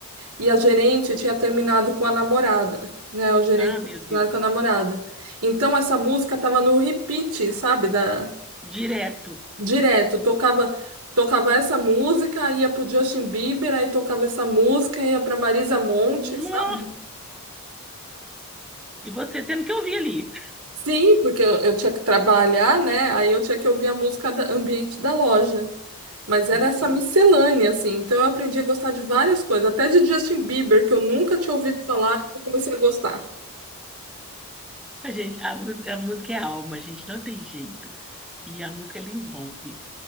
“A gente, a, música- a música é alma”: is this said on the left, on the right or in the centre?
Centre